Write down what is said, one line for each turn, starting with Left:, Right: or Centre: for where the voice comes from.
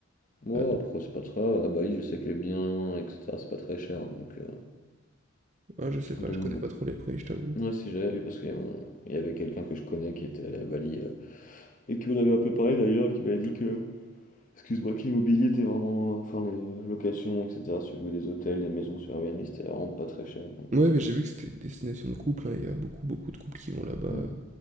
Left: ouais,
Right: heu, ah,
Left: après, c'est pas très grave. À Bali, je sais que les biens, et cetera, c'est pas très cher, donc heu,
Right: ah, je sais pas,
Left: donc
Right: je connais
Left: bon.
Right: pas trop les prix, je t'avoue.
Left: Ouais, si, j'avais vu, parce qu'il y a mon il y avait quelqu'un que je connais qui était allé à Bali, heu, et qui m'en avait un peu parlé, d'ailleurs, qui m'avait dit que Excuse-moi, que l'immobilier était vraiment, euh, enfin les locations, etc. Si tu louais des hôtels, des maisons sur Airbnb, c'était vraiment pas très cher. Donc,
Right: Ouais, mais j'ai vu que c'était une destination de couple, hein, il y a beaucoup, beaucoup de couples qui vont là-bas,
Left: euh, mm.
Right: heu,